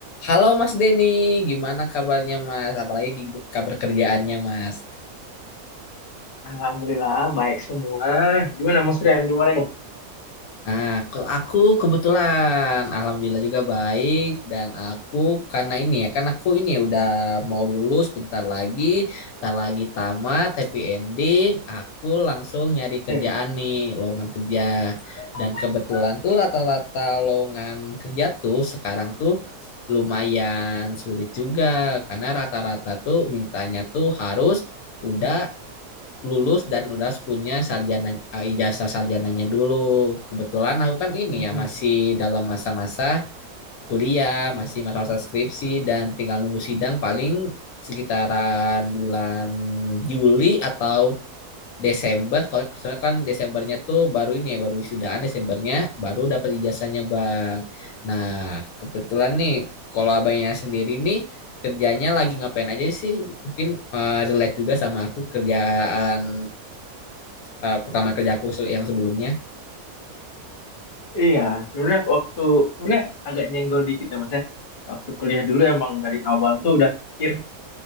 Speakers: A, on the left; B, on the left.
A: Halo Mas Denny, gimana kabarnya Mas? Apalagi gi- kabar kerjaannya Mas?
B: Alhamdulillah baik semua. Gimana Mas Rian? Gimana nih?
A: Nah, kalau aku kebetulan, alhamdulillah juga baik dan aku karena ini ya, karena aku ini ya udah mau lulus bentar lagi, tak lagi tamat, happy ending, aku langsung nyari
B: Hmm.
A: kerjaan nih, lowongan kerja. Dan kebetulan tuh rata-rata lowongan kerja tuh sekarang tuh lumayan sulit juga karena rata-rata tuh mintanya tuh harus udah lulus dan udah punya sarjana eh, ijazah sarjananya dulu. Kebetulan aku kan ini
B: Mm-mm.
A: ya masih dalam masa-masa kuliah, masih masa-masa skripsi dan tinggal nunggu sidang paling sekitaran bulan Juli atau Desember. Kalau soalnya kan Desembernya tuh baru ini ya, baru sudahan Desembernya baru dapat ijazahnya, Bang. Nah, kebetulan nih kalau abangnya sendiri nih kerjanya lagi ngapain aja sih? Mungkin eh, relate juga sama aku kerjaan eh, pengalaman kerja se- yang sebelumnya
B: Iya, sebenarnya waktu sebenarnya agak nyenggol dikit ya Mas ya. Waktu kuliah dulu emang dari awal tuh udah mikir